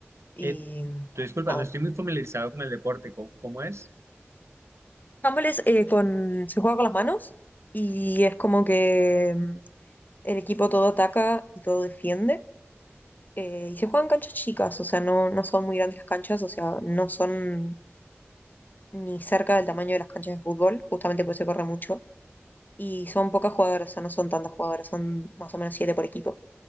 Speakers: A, on the left; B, on the right.
A: Y
B: Eh, te disculpa,
A: nada,
B: no estoy muy familiarizado con el deporte. ¿Cómo, cómo es?
A: Handball es, eh, con, se juega con las manos y es como que mm, el equipo todo ataca y todo defiende. eh, y se juegan canchas chicas, o sea, no, no son muy grandes las canchas, o sea, no son ni cerca del tamaño de las canchas de fútbol, justamente porque se corre mucho. Y son pocas jugadoras, o sea, no son tantas jugadoras, son más o menos siete por equipo,